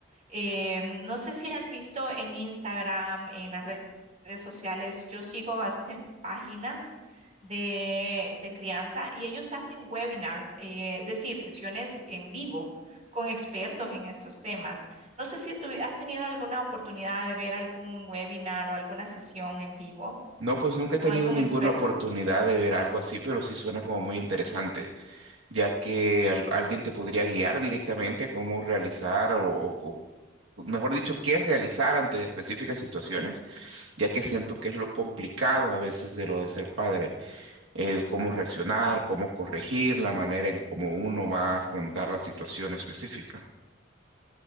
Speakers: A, on the right; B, on the right.
A: Eh, no sé si has visto en Instagram, en las redes sociales, yo sigo bastantes <laughs> páginas de, de crianza y ellos hacen webinars, eh, es decir, sesiones en vivo con expertos en estos temas. No sé si tú has tenido alguna oportunidad de ver algún webinar o alguna sesión en vivo.
B: No, pues nunca he
A: ¿Con
B: tenido
A: algún
B: ninguna
A: experto?
B: oportunidad
A: Pero
B: de ver algo así, pero sí suena como muy interesante. ya que al- alguien te podría guiar directamente a cómo realizar o, o- o, mejor dicho, qué realizar ante específicas situaciones, ya que siento que es lo complicado a veces de lo de ser padre, el cómo reaccionar,
A: Sí.
B: cómo corregir, la manera en cómo uno va a afrontar la situación específica.